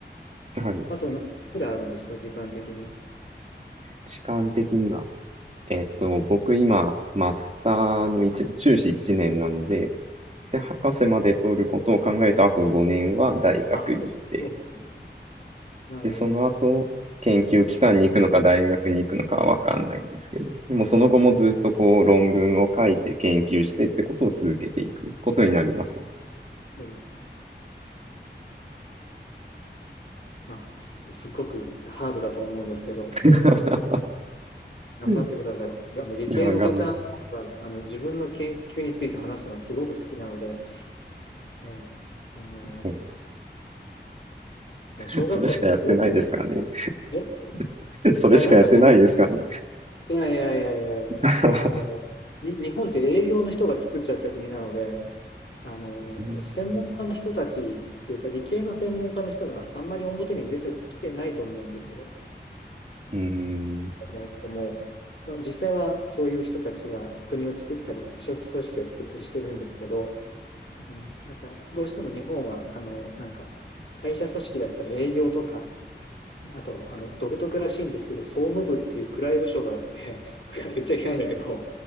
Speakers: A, on the right (about 35°); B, on the left (about 80°).
A: はい。
B: あと何年ぐらいあるんですか、時間的には。
A: 時間的には。えっと、僕今、マスターの一年、修士1年なので、で、博士まで取ることを考えたあと5年は大学にいて、
B: あ、そうそうですね。なるほど。
A: で、その後、研究機関に行くのか大学に行くのかはわかんないんですけど、でもその後もずっとこう論文を書いて研究してってことを続けていくことになります。
B: そうですね。まあ、す、すっごくハードだと思うんですけど、
A: <laughs>
B: 頑張ってください。
A: うん
B: いやあの理系の方があの自分の研究について話すのはすごく好きなので、
A: いやー、頑張ります。
B: ええあの、
A: そうで
B: もう小学校とか中学校の方が、
A: すね。それしかやってないですからね。
B: え、い
A: <laughs> それしかやってないですからね。
B: や、なんかでも、いやいやいやいやいや、
A: <laughs>
B: あの、に日本って営業の人が作っちゃった国なので、あの、
A: うん、
B: 専門家の人たちっていうか、理系の専門家の人があんまり表に出てきてないと思うんですよ。
A: <laughs> うん、
B: であっても、まあ、実際はそういう人たちが国を作ったり、組組織を作ったりしてるんですけど、うん、なんかどうしても日本は、あの、なんか会社組織だったら営業とか、あと、あの、独特らしいんですけど、総務部っていう暗い部署があって、<laughs> 暗い言っちゃいけないんだけど、